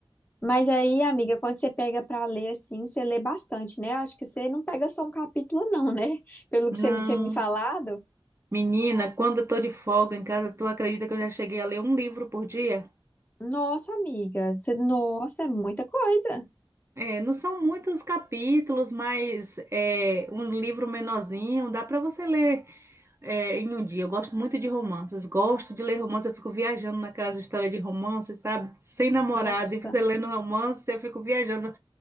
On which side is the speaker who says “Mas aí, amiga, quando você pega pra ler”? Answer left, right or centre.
Left